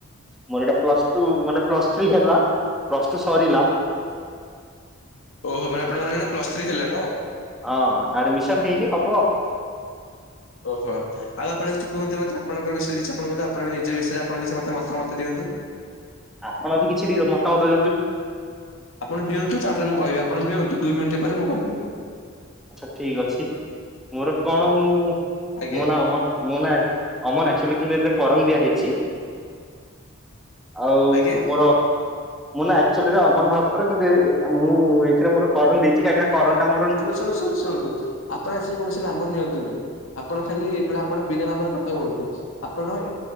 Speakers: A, in the centre; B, on the left.
A: ମୋର ଏଇଟା ପ୍ଲସ ଟୁ ମାନେ ପ୍ଲସ ଥ୍ରୀ ହେଲା ପ୍ଲସ ଟୁ ସରିଲା
B: ଓହୋ ମାନେ ଆପଣଙ୍କ ମାନେ ନା ପ୍ଲସ୍ ଥ୍ରୀ ହେଲା ନା?
A: ହଁ ଆଡମିସନ ହେଇନି ହବ।
B: ଓହୋ ଆଉ ଆପଣ କିଛି କୁହନ୍ତି ମତେ ଆପଣଙ୍କ ବିଷୟ କିଛି ଆପଣ କହନ୍ତୁ ଆପଣ ନିଜ ବିଷୟରେ ଆପଣ କିଛି ମତେ ମତାମତ ଦିଅନ୍ତୁ।
A: ଆପଣ ବି କିଛି ଦିଅ ମତାମତ ଦିଅନ୍ତୁ।
B: ଆପଣ ଦିଅନ୍ତୁ ତାପରେ ମୁଁ କହିଁବି ଆପଣ ଦିଅନ୍ତୁ ଦୁଇ ମିନିଟ ପରେ ମୁଁ କହିବି।
A: ଆଚ୍ଛା ଠିକ ଅଛି ମୋର କଣ ମୁଁ
B: ଆଜ୍ଞା
A: ମୋ ନାଁ ଅମନ୍ ମୋ ନାଁ ଅମନ ଆକ୍ଚୁଆଲି କିନ୍ତୁ ଏଥିରେ କରନ ଦିଆ ହେଇଛି ଆଉ
B: ଆଜ୍ଞା
A: ମୋର ମୁଁ ନା ଆକ୍ଚୁଲିରେ ଅମନ ମହାପାତ୍ର କିନ୍ତୁ ଏ ଆ ମୁଁ ଏ ଏଥିରେ ମୋର କରନ ଦେଇଛି କାହିଁକିନା କରନଟା ମୋର
B: ଶୁଣୁ ଶୁଣୁ ଶୁଣନ୍ତୁ ଆପଣ ଏଥିରେ କୌଣସି ନାମ ନିଅନ୍ତୁନି ଆପଣ ଖାଲି ମାନେ ଆପଣ ବିନା ନାମରେ କଥା କୁହନ୍ତୁ ଆପଣ ଏ